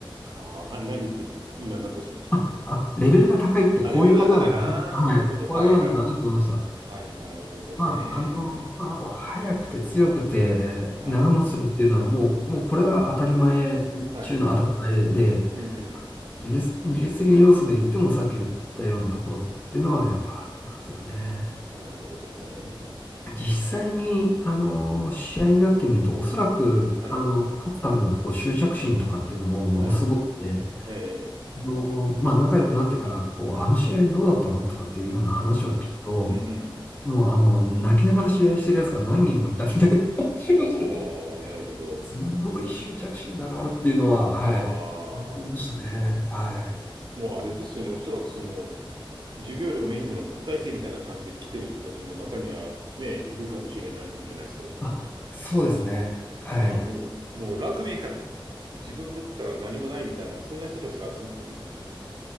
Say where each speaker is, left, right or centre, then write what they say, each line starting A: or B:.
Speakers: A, on the right; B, on the left.
A: あーあ、何って言って、今何とおっしゃいました
B: あ、あ、レベルが高いってこういうことなんだ。
A: あ、レベルが高い。ああ、
B: はい。
A: なるほど。
B: こういうことなんだなと思いました。
A: はいはい。はい、なるほどね。
B: まあ、あの、まああと、速くて強くて長持ちするっていうのはもう、
A: はい。
B: もうこれは当たり前中の当たり前で、
A: はい。うんうん。
B: 技術、技術的な要素で言ってもさっき言ったようなところとかっていうのはやっぱありますよね。
A: うん。うんうん。なるほどね。
B: 実際に、あの、試合になってみると、おそらく、
A: はい。
B: あの、勝つためのこう執着心とかっていうのもものすごくて、
A: はい。え
B: あの、まあ、仲良くなってから、こう、あの試合どうだったのとかっていうような話を聞くと、
A: え。え、うん。うん
B: もう、あの、泣きながら試合してるやつが何人もいたみたいな話をして、
A: うん。ああ、なるほど。
B: すごい執着心だなっていうのは、はい、
A: ああ、も
B: 思いましたね。はい。
A: うあれですよね。おそらくその、授業料メインの特待生みたいな感じで来てる人たちも中にはね、いるかもしれないんじゃないですか、おそらく。
B: あ、そうですね。はい。
A: まあ、もう、もうラグビーから自分取ったら何もないみたいな、そんな人たちが集まってる。